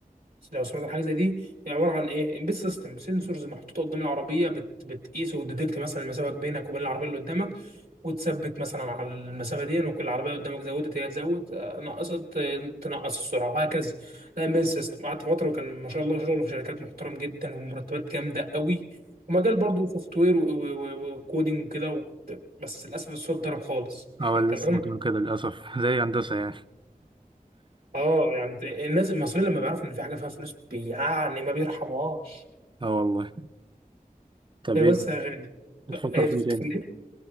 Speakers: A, on the right; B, on the right.
A: لو سمعت عن حاجه زي دي هي عباره عن ايه امبيد سيستم سنسورز محطوطه قدام العربيه بت... بتقيس وتديتكت مثلا المسافه بينك وبين العربيه اللي قدامك وتثبت مثلا على المسافه دي وكل العربيه قدامك زودت هي تزود آه، نقصت آه، تنقص السرعه وهكذا ده امبيد سيستم قعدت فتره وكان ما شاء الله شغله في شركات محترم جدا ومرتبات جامده قوي ومجال برضه سوفت وير وكودينج وكده وكنت بس للاسف الصوت ضرب خالص
B: اه
A: <laughs>
B: لسه
A: تمام
B: كنت بقول كده للاسف <laughs> زي هندسه يعني
A: اه يعني الناس المصريين لما بيعرفوا ان في حاجه فيها فلوس بي- يعني ما بيرحموهاش
B: اه والله طب
A: هي
B: ايه
A: بس يا غالي
B: بتفكر
A: ايه
B: فيه
A: بتتفلت
B: تاني